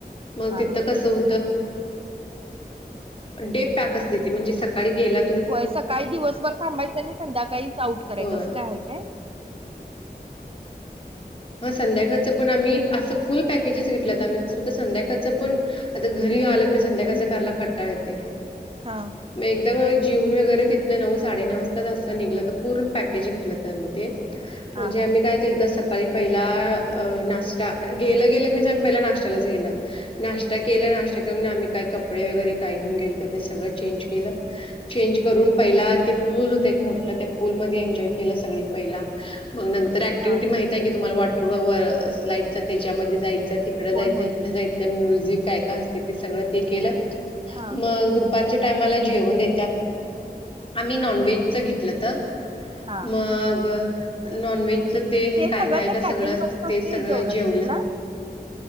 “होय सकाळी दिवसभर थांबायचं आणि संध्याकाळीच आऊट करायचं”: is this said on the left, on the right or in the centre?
Right